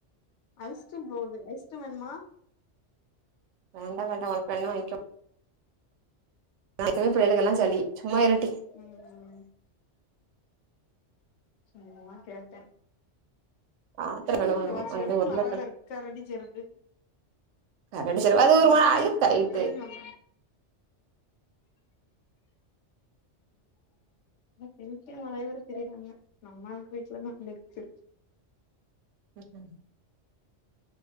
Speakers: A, on the left; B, on the right.
A: ஐஸ்க்ரீம் போது ஐஸ்க்ரீம் வேணுமா
B: வேண்டா வேண்டா ஒனக் வேண்ணா வாய்ன்க்கோ ஒனக்கு பிள்ளைளுகெல்லா சளி சும்மா இருட்டி
A: ம் சும்மா கேட்டே
B: பாத்திர
A: திருடிடவா
B: கழுவணு
A: செருப்பு
B: வந்து உருளக்கெழ
A: நல்லாதாருக்கு கரடி செருப்பு
B: கரடிச்சிரு அது ஒரு
A: நானு
B: மாரி அழுக்காயிட்டு
A: எடுத்துத்து தடகினாங்க டெம்ட்டியா நறைய பேர் திரியுறாங்க நம்மள்கு வீட்லதா இருக்கு
B: ம்